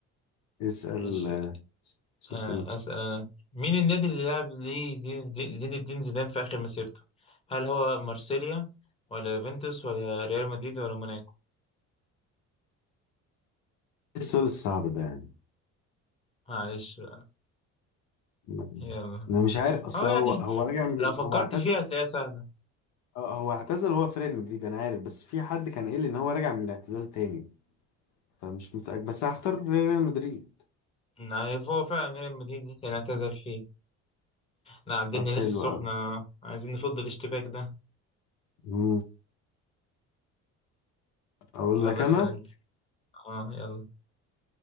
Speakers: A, on the left; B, on the left.
A: اسأل
B: ماشي
A: آه، شوف
B: آه،
A: انت
B: أسأل أنا مين النادي اللي لعب ليه زين زين زين الدين زيدان في آخر مسيرته؟ هل هو مارسيليا ولا يوفنتوس ولا ريال مدريد ولا موناكو؟
A: السؤال الصعب ده يعني
B: معلش بقى
A: م-
B: يلا
A: انا مش عارف اصل
B: اه
A: هو
B: يعني
A: هو راجع من
B: لو
A: ال...
B: فكرت
A: هو اعتزل
B: فيها هتلاقيها سهلة
A: اه هو اعتزل هو في ريال مدريد انا عارف بس في حد كان قايل لي ان هو راجع من الاعتزال تاني فمش متأكد بس هختار ريال مدريد
B: إن هو فعلا ريال مدريد كان اعتزل فيه لا الدنيا
A: طب
B: لسه
A: حلو قوي
B: سخنة عايزين نفض الاشتباك ده
A: مم. اقول
B: يلا
A: لك
B: اسأل
A: انا
B: انت اه يلا